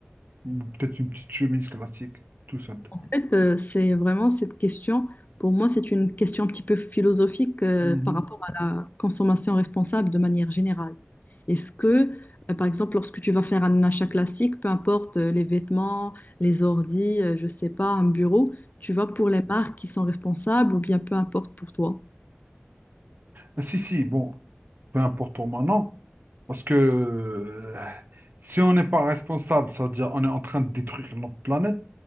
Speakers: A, on the right; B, on the left.
A: ou peut-être une petite chemise classique, tout simple.
B: En fait, euh, c'est vraiment cette question, pour moi, c'est une question un petit peu philosophique euh,
A: Mm-hmm.
B: par rapport à la consommation responsable de manière générale. Est-ce que, euh, par exemple, lorsque tu vas faire un achat classique, peu importe euh, les vêtements, les ordi, euh, je sais pas, un bureau, tu vas pour les marques qui sont responsables ou bien peu importe pour toi?
A: Ah, Si, si, bon, peu importe pour moi, non. Parce que euh, si on n'est pas responsable, ça veut dire on est en train de détruire notre planète,